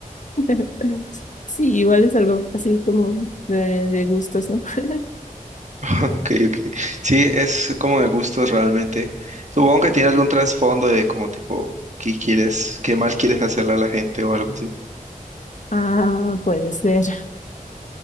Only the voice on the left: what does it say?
<laughs> Sí, igual es algo así como de de gustos, ¿no? <laughs>
Ah, puede ser.